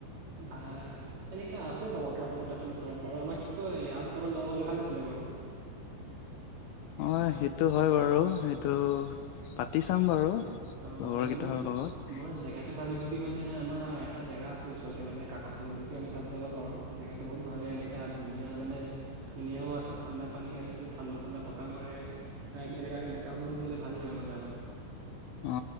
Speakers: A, on the right; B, on the left.
A: ভা, এনেকা আছে বাৰু ওৱাটাৰফল-চটাৰফলৰ ওচৰত বাৰু, আমাক কি কয় আৰু দুটামান লগ হ'লে ভাল আছিলে বাৰু।
B: অ', সেইটো হয় বাৰু। সেইটো পাতি চাম বাৰু। লগৰকেইটৰ
A: অঁ হয় আমাৰ
B: লগত।
A: মই জেগাটো ভাবিছোঁ কি মানে, আমাৰ এটা জেগা আছে ওচৰতে, মানে কাকচাং বুলি কে। আমি তাত যাব পাৰোঁ। জেগাতটো বহুত ভাল। এনেকা ধুনীয়া মানে, ধুনীয়াও আছে ঠাণ্ডা পানী আছে, ঠাণ্ডা-ঠাণ্ডা বতাহ মাৰে। তা-এনেকা -এনেকা সময়ত গ'লে ভাল লাগে মানে আমাৰ।
B: অ